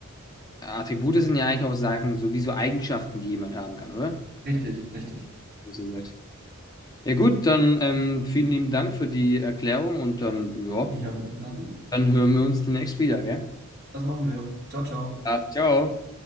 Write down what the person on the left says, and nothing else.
Attribute sind ja eigentlich auch Sachen, sowieso Eigenschaften, die jemand haben kann, oder?
So gesagt. Ja gut, dann ähm, vielen lieben Dank für die Erklärung und dann, ja,
dann hören wir uns demnächst wieder, gell?
Ja, ciao.